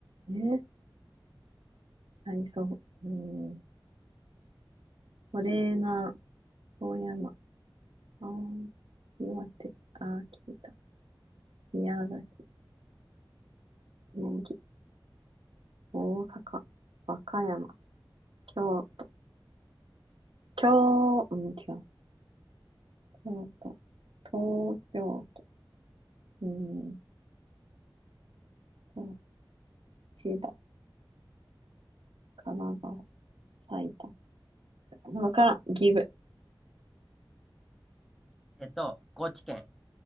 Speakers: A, on the right; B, in the centre.
A: えー体操、うん、トレーナー、遠山、青森岩手、秋田、宮崎、宮城、大阪、和歌山、京、京、うん、違う、京都、東京都、うん、と千葉、神奈川、埼玉、わからん、岐阜。
B: えっと、高知県。